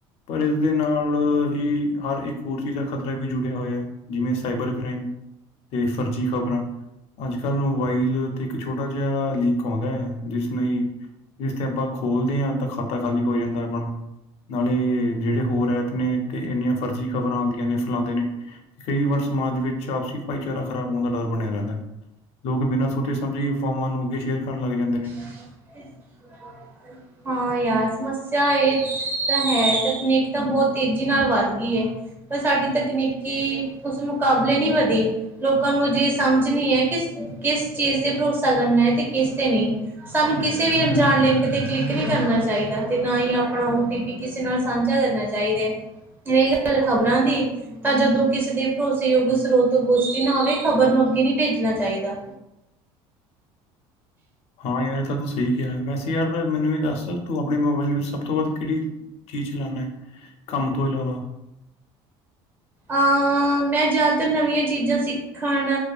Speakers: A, on the left (about 60°); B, on the right (about 15°).
A: ਪਰ ਇਸਦੇ ਨਾਲ ਹੀ ਹਰ ਇੱਕ ਹੋਰ ਚੀਜ਼ਾਂ ਖ਼ਤਰਾ ਵੀ ਜੁੜਿਆ ਹੋਇਆ ਹੈ ਜਿਵੇਂ ਸਾਈਬਰ ਕ੍ਰਾਈਮ। ਤੇ ਫਰਜ਼ੀ ਖ਼ਬਰਾਂ ਅੱਜ ਕੱਲ ਮੋਬਾਈਲ ਤੇ ਇੱਕ ਛੋਟਾ ਜਿਹਾ ਲਿੰਕ ਆਉਂਦਾ ਹੈ ਜਿਸ ਲਈ ਜਿਸ ਤੇ ਆਪਾਂ ਖੋਲਦੇ ਆ। ਤਾਂ ਖਾਤਾ ਖਾਲੀ ਹੋ ਜਾਂਦਾ ਆਪਣਾ ਨਾਲੇ ਜਿਹੜੇ ਹੋਰ ਐਪ ਆਪਣੇ ਤੇ ਇੰਨੀਆਂ ਫਰਜੀ ਖ਼ਬਰਾਂ ਆਉਂਦੀਆਂ ਫਲਾਂਦੇ ਨੇ ਫੀਵਰ ਆਪਸੀ ਭਾਈਚਾਰਾ ਖ਼ਰਾਬ ਹੋਣ ਦਾ ਡਰ ਬਣਿਆ ਰਹਿੰਦਾ ਹੈ ਲੋਕ ਬਿਨਾਂ ਸੋਚੇ ਹਾਂਜੀ ਫਾਰਮਾਂ ਨੂੰ ਅੱਗੇ ਸ਼ੇਅਰ ਕਰਨ ਲੱਗ ਜਾਂਦੇ ਨੇ
B: <inaudible> ਹਾਂ ਯਾਰ ਸਮੱਸਿਆ ਇਹ ਤਾਂ ਹੈ ਤਕਨੀਕ ਤਾਂ ਬਹੁਤ ਤੇਜ਼ੀ ਨਾਲ ਵੱਧ ਗਈ ਹੈ। ਪਰ ਸਾਡੀ ਤਕਨੀਕੀ ਉਸ ਮੁਕਾਬਲੇ ਨਹੀਂ ਵੱਧੀ ਲੋਕਾਂ ਨੂੰ ਅਜੇ ਸਮਝ ਣੀ ਹੈ ਕਿ ਕਿਸ ਚੀਜ਼ ਤੇ ਭਰੋਸਾ ਕਰਨਾ ਹੈ ਤੇ ਕਿਸ ਤੇ ਨਹੀਂ ਸਾਨੂੰ ਕਿਸੇ ਵੀ ਅਣਜਾਣ ਲਿੰਕ ਤੇ ਕਲਿੱਕ ਨਈਂ ਕਰਨਾ ਚਾਹੀਦਾ ਤੇ ਨਾਂ ਈ ਆਪਣਾ ਓ ਟੀ ਪੀ ਕਿਸੇ ਨਾਲ ਸਾਂਝਾ ਕਰਨਾ ਚਾ ਹੀਦਾ ਤੇ ਰਹੀ ਗੱਲ ਖ਼ਬਰਾਂ ਦੀ ਤਾਂ ਜਦੋਂ ਕਿਸੇ ਦੇ ਭਰੋਸੇਯੋਗ ਸਰੋਤ ਤੋਂ ਪੁਸ਼ਟੀ ਨਾਂ ਹੋਵੇ ਖ਼ਬਰ ਨੂੰ ਅੱਗੇ ਨਈਂ ਭੇਜਣਾ ਚਾਹੀਦਾ।
A: ਹਾਂ ਯਾਰ ਏ ਤਾਂ ਤੂੰ ਸਹੀ ਕਿਹਾ ਵੈਸੇ ਯਾਰ ਮੈਨੂੰ ਵੀ ਦੱਸ ਤੂੰ ਆਪਣੇ ਮੋਬਾਇਲ ਵਿੱਚ ਸਭ ਤੋਂ ਵੱਧ ਕਿਹੜੀ, ਚੀਜ਼ ਚਲਾਉਣਾ ਏ ਕੰਮ ਤੋਂ ਇਲਾਵਾ
B: ਅਹ ਮੈਂ ਜ਼ਿਆਦਾਤਰ ਨਵੀਆਂ ਚੀਜ਼ਾਂ ਸਿੱਖਣ